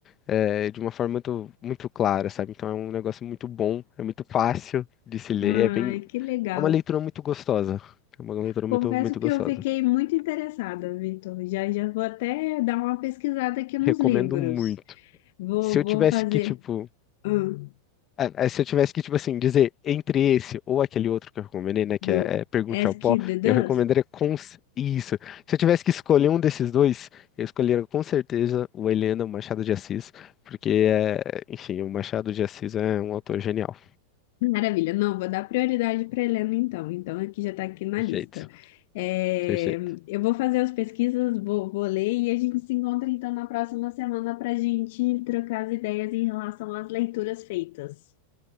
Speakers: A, on the left; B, on the left.
A: é, de uma forma muito, muito clara, sabe? Então é um negócio muito bom, é muito fácil de se ler,
B: Ai,
A: é bem,
B: que legal.
A: é uma leitura muito gostosa. É uma leitura
B: Confesso
A: muito, muito
B: que
A: gostosa.
B: eu fiquei muito interessada, Vitor. Já, já vou até dar uma pesquisada aqui nos
A: Recomendo
B: livros.
A: muito.
B: Vou,
A: Se eu
B: vou
A: tivesse
B: fazer
A: que, tipo,
B: hum,
A: é, é, se eu tivesse que, tipo assim, dizer entre esse ou aquele outro que eu recomendei, né, que
B: do
A: é, é Pergunte
B: Ask
A: ao Pó,
B: the Dust.
A: eu recomendaria com c- isso. Se eu tivesse que escolher um desses dois, eu escolheria com certeza o Helena, o Machado de Assis, porque é, enfim, o Machado de Assis é um autor genial.
B: Maravilha. Não, vou dar prioridade para Helena então. Então, aqui já está aqui na
A: Perfeito,
B: lista. É,
A: perfeito.
B: eu vou fazer as pesquisas, vou, vou ler e a gente se encontra então na próxima semana para a gente trocar as ideias em relação às leituras feitas.